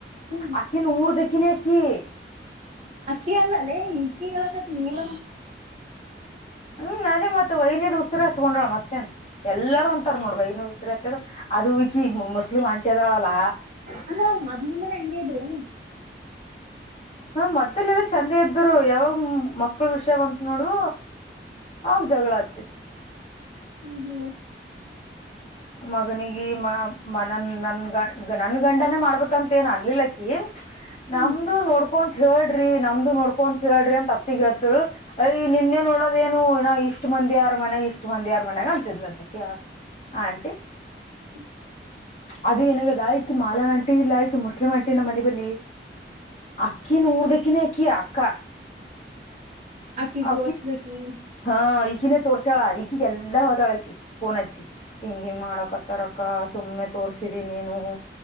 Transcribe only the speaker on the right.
ಹ್ಮ್
ಅಕ್ಕಿ ಅಲ್ಲಲ್ಲೇ ಈಕ್ಕಿ ಹೇಳಕತಿಲ್ಲ.
ಅಂದ್ರ ಅವ್ರ ಮೊದ್ಲಿಂದಾನೇ ಹಂಗೆ ಇದ್ರೇನು
ಹ್ಮ್ ಹ್ಮ್
ಹ್ಮ್
ಹ್ಮ
ಆಕಿಗ್
ತೋರ್ಸ್ದಕಿ